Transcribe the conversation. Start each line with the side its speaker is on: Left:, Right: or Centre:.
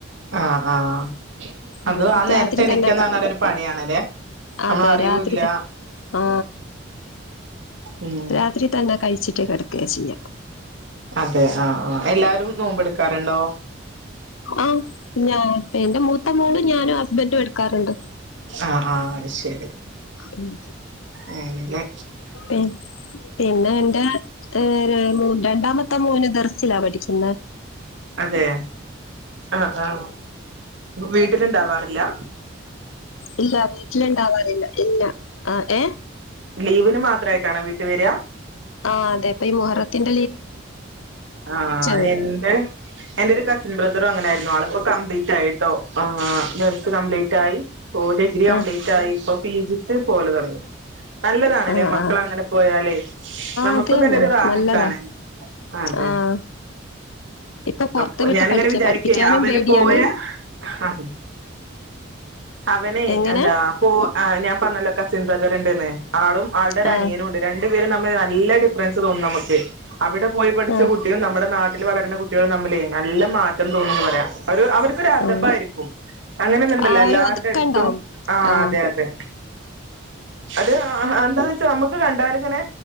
Right: ആഹ് ആഹ് അത്
Left: ഉം
Right: ആ നേരത്തെ
Left: രാത്രി
Right: എണീക്കാന്ന്
Left: ത്തണ്ടാക്ക
Right: പറഞ്ഞാല് ഒരു പണിയാണല്ലേ നമ്മള്
Left: അതെ
Right: അറിയൂല്ല
Left: രാത്രി ത ആ
Right: ഉം
Left: രാത്രിതന്ത കഴിച്ചിട്ട് കിടക്കുക ചെയ്യ
Right: അതെ ആഹ് ആഹ് എല്ലാരും നോമ്പെടുക്കാറുണ്ടോ
Left: ആം ഞാൻ എന്റെ മൂത്ത മോളും ഞാനും ഹസ്ബൻറും എടുക്കാറുണ്ട്
Right: ആ ആ ശരി
Left: ഉം.
Right: അങ്ങനല്ലേ
Left: പി- പിന്നെ എന്റെ ഏ രണ്ടാമത്തെ മോന് ദെർസിലാ പഠിക്കുന്നെ
Right: അതെ ആ ആ വീട്ടിലിണ്ടാവാറില്ല
Left: ഇല്ല വീട്ടിലുണ്ടാവാറില്ല ഇല്ല ആ ഏ
Right: ലീവിന് മാത്രയിട്ടാണോ വീട്ടു വര
Left: ആഹ് അതെപ്പ ഈ മുഹറത്തിന്
Right: ആ
Left: വരും.
Right: എന്റെ എന്റെ ഒരു കസിൻ ബ്രദറും അങ്ങനൊയിരുന്നു കംപ്ലീറ്റ് ആയിട്ടോ ആ ദർസ് കംപ്ലീറ്റ് ആയി ഡിഗ്രി കംപ്ലീറ്റ്
Left: ആഹ്.
Right: ആയി ഇപ്പൊ പി ജി അതെ പോല തുടങ്ങി നല്ലതാണല്ലേ
Left: ആഹ്
Right: മക്കള
Left: ആഹ്.
Right: അങ്ങനെ പോയാലേ നമുക്കും
Left: അത്
Right: തന്നെ ഒരു റാഹത്താണ്
Left: നല്ലതാ.
Right: അതെ
Left: ആ ഇപ്പൊ പുറത്ത്
Right: അപ്പൊ
Left: വിട്ട്
Right: ഞാാനിങ്ങനെ
Left: പഠിക്ക
Right: വിചാരിക്ക
Left: പഠിപ്പിക്കാനും
Right: അവനെ
Left: പേടിയാണ്.
Right: പോയ അ അവനെ
Left: എങ്ങനെ?
Right: എന്താ അപ്പോ ഞാൻ പറഞ്ഞല്ലോ കസിൻ ബ്രദർണ്ട്ന്നേ ആളും ആൾടെ ഒരു
Left: ആഹ്
Right: അനിയനും ഉണ്ട് രണ്ടു പേരും തമ്മിൽ നല്ല ഡിഫറൻസ് തോന്നും നമുക്ക് അവിടെ പോയി പഠിച്ച
Left: ആഹ്
Right: കുട്ടികളും നമ്മുടെ നാട്ടിൽ വളരുന്ന കുട്ടികളും തമ്മില് നല്ല മാറ്റം തോന്നുന്നുന്ന് പറയ ഒരു അവർക്കൊരു ഒരു അഥബായിരിക്കും
Left: ആഹ്.
Right: അങ്ങനെയൊന്ന ഇണ്ടല്ലോ
Left: ആ
Right: എല്ലാരുടെ
Left: ഒരു ഒതുക്കണ്ടാവും.
Right: അടുത്തും ആ
Left: ആഹ്.
Right: അതെ അതെ അത് അ എന്താന്ന് വെച്ചാ നമ്മുക്ക് കണ്ടാലി ങ്ങനെ